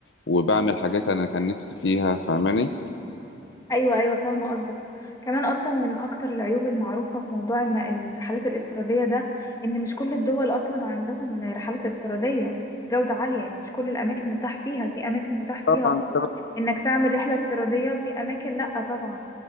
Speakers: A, on the left; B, on the left.
A: وبعمل حاجات أنا كان نفسي فيها فاهماني؟
B: ايوه ايوه فاهمه قصدك كمان اصلا من اكتر العيوب المعروفه في موضوع الم- الرحلات الافتراضيه ده ان مش كل الدول اصلا عندهم رحلات افتراضيه بجوده عاليه يعني مش كل الاماكن متاح فيها في اماكن متاح فيها
A: طبعا
B: اه
A: طبعاً.
B: انك تعمل رحله افتراضيه وفي اماكن لا طبعا